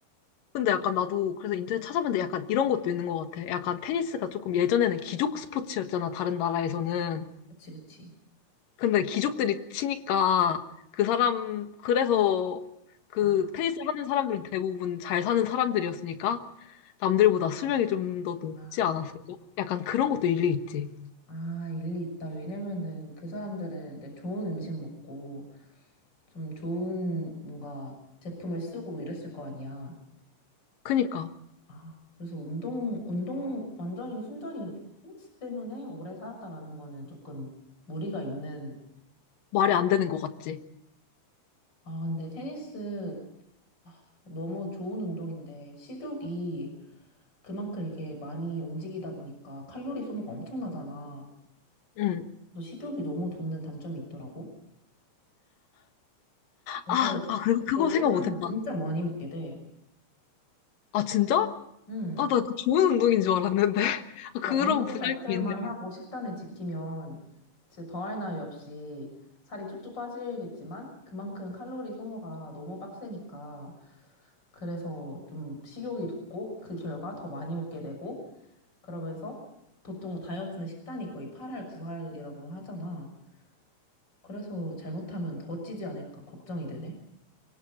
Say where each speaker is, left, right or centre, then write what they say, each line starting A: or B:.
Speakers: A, on the left (about 80°); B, on the left (about 30°).
A: 근데 약간 나도 그래서 인터넷 찾아봤는데 약간 이런 것도 있는 것 같아. 약간 테니스가 조금 예전에는 귀족 스포츠였잖아, 다른 나라에서는.
B: 그치, 그치.
A: 근데 귀족들이 치니까 그 사람, 그래서 그
B: 아,
A: 테니스 하는 사람들은 대부분 잘 사는 사람들이었으니까 남들보다 수명이 좀 더 높지
B: 아,
A: 않았을까? 약간 그런 것도 일리 있지.
B: 아, 일리 있다. 왜냐면은 그 사람들은 이제 좋은 음식 먹고 좀 좋은 뭔가 제품을 쓰고 이랬을 거 아니야.
A: 그니까
B: 아, 그래서 운동, 운동, 완전히 순전히 테니스 때문에 오래 살았다라는 거는 조금 무리가 있는.
A: 말이 안 되는 것 같지.
B: 아, 근데 테니스 너무 좋은 운동인데, 식욕이 그만큼 이게 많이 움직이다 보니까 칼로리 소모가 엄청나잖아.
A: 응.
B: 그래서 식욕이 너무 돋는 단점이 있더라고. 그래서
A: 아, 아, 그리고 그거
B: 그거 끝나면
A: 생각 못 했다.
B: 진짜 많이 먹게 돼.
A: 아, 진짜?
B: 응.
A: 아, 나 그 좋은 운동인 줄 알았는데. <laughs> 아,
B: 그러니까
A: 그런
B: 운동
A: 부작용이
B: 자체만
A: 있네.
B: 하고 식단을 지키면 진짜 더할 나위 없이 살이 쭉쭉 빠지겠지만 그만큼 칼로리 소모가 너무 빡세니까 그래서 좀 식욕이 돋고 그 결과 더 많이 먹게 되고 그러면서 보통 다이어트는 식단이 거의 8할 9할이라고 하잖아. 그래서 잘못하면 더 찌지 않을까 걱정이 되네.